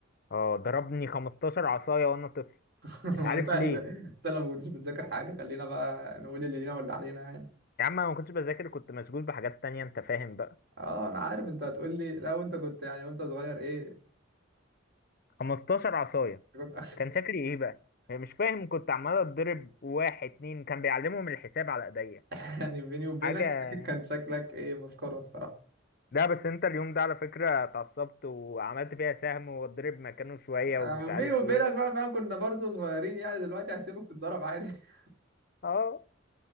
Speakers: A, on the left (about 50°); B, on the right (about 60°).
A: اه ضربني 15 عصاية وانا طفل
B: <laughs>
A: مش
B: ما
A: عارف
B: انت انت
A: ليه
B: لما كنتش بتذاكر حاجه خلينا بقى نقول اللي لينا واللي علينا يعني
A: يا عم انا ما كنتش بذاكر كنت مشغول بحاجات تانية انت فاهم بقى
B: اه انا عارف انت هتقول لي لا وانت كنت يعني وانت صغير ايه
A: 15 عصاية
B: كنت
A: كان شكلي ايه بقى مش فاهم كنت عمال اتضرب واحد اتنين كان بيعلمهم الحساب على ايديا
B: <laughs> يعني بيني وبينك
A: حاجة
B: كان شكلك ايه مسخره الصراحه
A: لا بس انت اليوم ده على فكرة اتعصبت وعملت فيها سهم واتضرب مكانه شوية
B: آه،
A: ومش
B: بيني
A: عارف
B: وبينك
A: ايه
B: بقى فاهم كنا برضو صغيرين يعني دلوقتي هسيبك تتضرب عادي <laughs>
A: اه